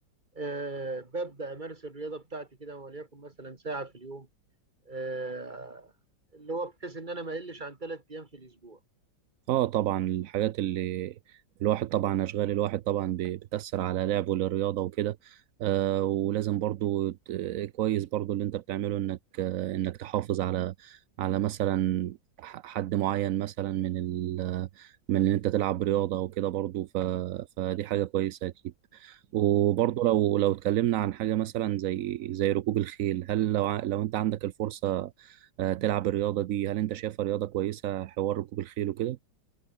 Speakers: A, on the right; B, on the right.
A: أه ببدا امارس الرياضه بتاعتي كده وليكن مثلا ساعه في اليوم أه اللي هو بحيث ان انا ما اقلش عن ثلاث ايام في الاسبوع
B: اه طبعا الحاجات اللي الواحد طبعا اشغال الواحد طبعا ب- بتأثر على لعبه للرياضة وكده آه ولازم برضو ت- كويس برضو اللي انت بتعمله انك آه انك تحافظ على على مثلا ح- حد معين مثلا من ال من ان انت تلعب رياضة او كده برضو ف فدي حاجة كويسة اكيد وبرضو لو لو اتكلمنا عن حاجة مثلا زي زي ركوب الخيل هل لو ع- لو انت عندك الفرصة آه، تلعب الرياضة دي هل انت شايفها رياضة كويسة حوار ركوب الخيل وكده